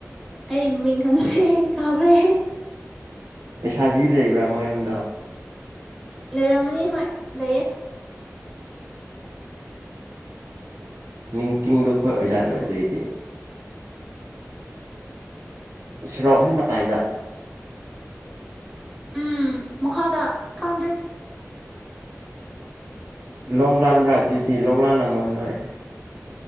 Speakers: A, in the centre; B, on the right.
A: ꯑꯩ ꯃꯃꯤꯡ ꯈꯪꯗ꯭ꯔꯦ ꯀꯥꯎꯈ꯭ꯔꯦ꯫
B: ꯂꯩꯁꯥꯕꯤ ꯂꯩꯕ꯭ꯔꯥ ꯃꯣꯏ ꯌꯨꯝꯗ꯫
A: ꯂꯩꯔꯃꯅꯤ ꯍ ꯂꯩꯏꯌꯦ
B: ꯅꯤꯡꯇꯤꯡꯗꯨꯣꯈꯣꯏ ꯑꯣꯏꯖꯥꯜꯂꯣꯏꯗꯣꯏꯗꯤ ꯁꯣꯔꯣꯛ ꯍꯩ ꯃꯇꯥꯏꯗ
A: ꯎꯝ ꯃꯈꯥꯗ ꯈꯪꯗꯦ
B: ꯂꯣꯛ ꯂꯥꯟꯕ꯭ꯔꯥ ꯑꯗꯨꯏꯗꯤ ꯂꯣꯛ ꯂꯥꯜꯂꯝꯃꯣꯏ ꯅꯣꯏ